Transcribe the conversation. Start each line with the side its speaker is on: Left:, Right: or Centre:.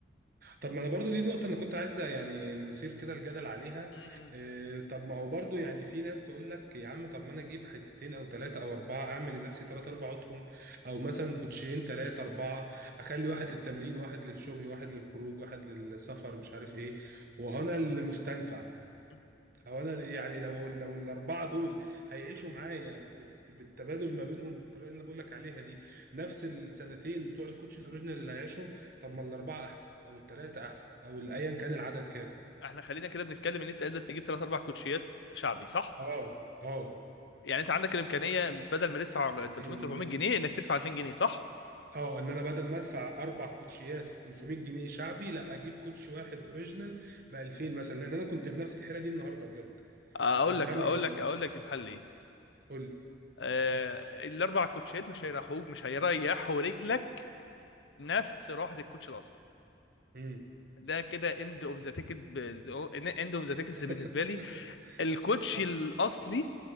Right: طب ما انا برضو دي نقطه انا كنت عايزه يعني نثير كده الجدل عليها
Left: م- م-
Right: إيه طب ما هو برضو يعني في ناس تقول لك يا عم طب ما انا اجيب حتتين او ثلاثه او اربعه اعمل لنفسي ثلاث اربع اطقم او مثلا كوتشين ثلاثه اربعه اخلي واحد للتمرين واحد للشغل واحد للخروج واحد للسفر مش عارف ايه وهنا المستنفع
Left: م.
Right: هو انا يعني لو لو الاربعه دول هيعيشوا معايا بالت- بالتبادل ما بينهم بالطريقه اللي انا بقول لك عليها دي نفس السنتين بتوع الكوتش الاوريجينال اللي هيعيشهم طب ما الاربعه احسن او الثلاثه احسن او ايا كان العدد كام
Left: احنا خلينا كده بنتكلم ان انت قادر تجيب ثلاث اربع كوتشيات شعبي صح
Right: اه اه
Left: يعني انت عندك الامكانيه بدل ما تدفع 300
Right: إن-
Left: 400 جنيه انك تدفع 2000 جنيه صح
Right: اه ان انا بدل ما ادفع اربع كوتشيات في 500 جنيه شعبي لا اجيب كوتش واحد اوريجينال ب 2000 مثلا لان انا كنت بنفس الحيره دي النهارده بجد
Left: اقول
Right: ان
Left: لك
Right: انا
Left: اقول لك اقول لك الحل ايه
Right: قول لي
Left: آه الاربع كوتشيات مش هيريحوك مش هيريحوا رجلك نفس روحة الكوتش الاصلي
Right: امم
Left: ده كده اند اوف ذا تيكت اند اوف ذا تيكتس
Right: <laughs>
Left: بالنسبه لي الكوتش
Right: صح
Left: الاصلي